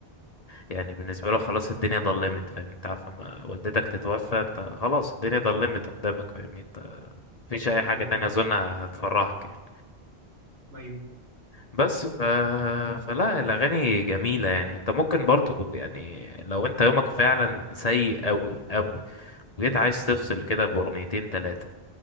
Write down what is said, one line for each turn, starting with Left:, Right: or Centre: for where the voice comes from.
Left: يعني بالنسبه له خلاص الدنيا ضلمت فاهم انت عارف لما والدتك تتوفى انت خلاص الدنيا ضلمت قدامك فاهمني انت مفيش اي حاجه
Right: ايوه فاهم
Left: تانية اظن هتفرحك يعني
Right: ايوه
Left: بس ف... فلا الاغاني جميله يعني انت ممكن برضه يعني لو انت يومك فعلا سيء قوي قوي جيت عايز تفصل كده بأغنيتين تلاتة